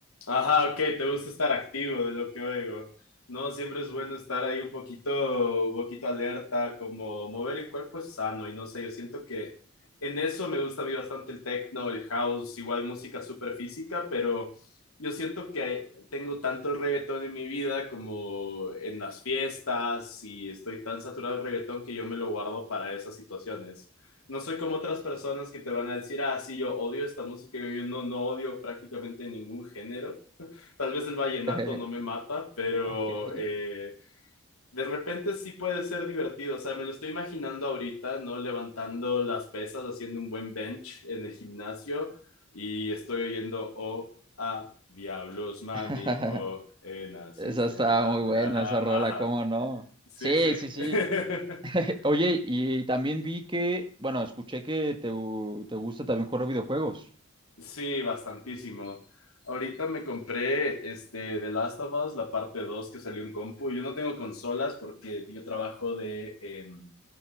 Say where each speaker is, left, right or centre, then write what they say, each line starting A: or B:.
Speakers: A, on the left (about 85°); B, on the right (about 20°).
A: Ajá, ok, te gusta estar activo de lo que oigo. No, siempre es bueno estar ahí un poquito, un poquito alerta, como mover el cuerpo es sano y no sé, yo siento que en eso me gusta a mí bastante el techno, el house, igual música súper física, pero yo siento que tengo tanto reggaetón en mi vida como en las fiestas y estoy tan saturado del reggaetón que yo me lo guardo para esas situaciones. No soy como otras personas que te van a decir, ah, sí, yo odio esta música, yo no, no odio prácticamente ningún género. Tal vez el vallenato
B: <laughs>
A: no me mata, pero
B: Ok.
A: eh, de repente sí puede ser divertido. O sea, me lo estoy imaginando ahorita, ¿no? Levantando las pesas, haciendo un buen bench en el gimnasio y estoy oyendo, oh, ah, diablos, mami,
B: <laughs>
A: oh, eh, naciste,
B: Esa está
A: espame,
B: muy buena,
A: ajá,
B: esa rola,
A: ajá.
B: ¿cómo no?
A: Sí,
B: Sí,
A: sí. <laughs>
B: sí, sí. <laughs> Oye, y también vi que, bueno, escuché que te, gu- te gusta también jugar videojuegos.
A: Sí, bastantísimo. Ahorita me compré este The Last of Us, la parte 2 que salió en compu. Yo no tengo consolas porque yo trabajo de em,